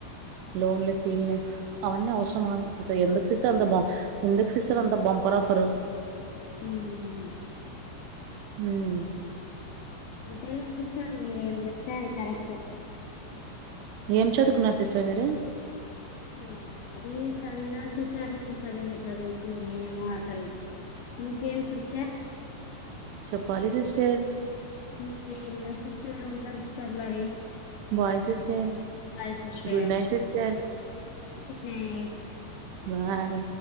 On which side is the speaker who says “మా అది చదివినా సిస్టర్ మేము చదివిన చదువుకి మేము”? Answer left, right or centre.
Left